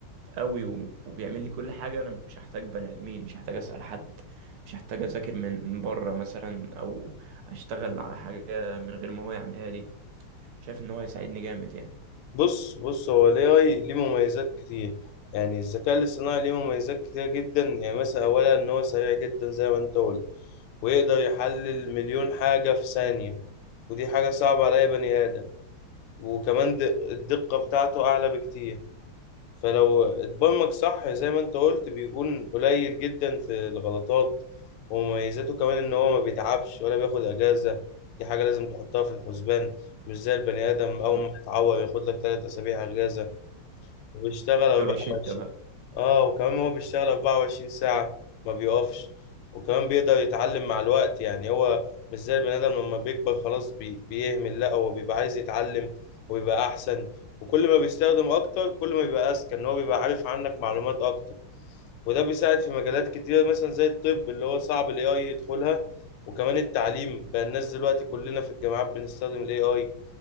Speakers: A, on the right; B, on the left.
A: قوي و- وبيعمل لي كل حاجه انا مش هحتاج بني ادمين مش هحتاج اسال حد مش هحتاج اذاكر من بره مثلا او اشتغل على حاجه من غير ما هو يعملها لي شايف ان هو هيساعدني جامد يعني
B: بص بص هو ال AI ليه مميزات كتير يعني الذكاء الاصطناعي ليه مميزات كتير جدا يعني مثلا أولا إن هو سريع جدا زي ما أنت قلت ويقدر يحلل مليون حاجة في ثانية ودي حاجة صعبة على أي بني آدم وكمان د- الدقة بتاعته أعلى بكتير فلو اتبرمج صح زي ما انت قلت بيكون قليل جدا في الغلطات ومميزاته كمان ان هو ما بيتعبش ولا بياخد اجازة دي حاجة لازم تحطها في الحسبان مش زي البني ادم
A: بالظبط.
B: اول ما يتعور ياخد لك ثلاث اسابيع اجازة وبيشتغل 24
A: روشيتا بقى
B: اه وكمان هو بيشتغل 24 ساعة ما بيقفش وكمان بيقدر يتعلم مع الوقت يعني هو مش زي البني آدم لما بيكبر خلاص بي... بيهمل لا هو بيبقى عايز يتعلم ويبقى أحسن وكل ما بيستخدم أكتر كل ما بيبقى أذكى إن هو بيبقى عارف عنك معلومات أكتر وده بيساعد في مجالات كتيرة مثلا زي الطب اللي هو صعب ال AI يدخلها وكمان التعليم بقى الناس دلوقتي كلنا في الجامعات بنستخدم ال AI